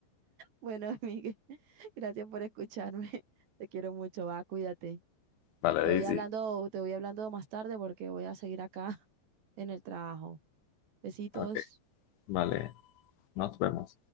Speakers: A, on the right; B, on the left.
A: Bueno, <laughs> Miguel, gracias por escucharme. Te quiero mucho, va, cuídate.
B: Vale,
A: Te
B: Daisy.
A: voy hablando, te voy hablando más tarde porque voy a seguir acá <laughs> en el trabajo. Besitos.
B: Ok, vale. Nos vemos.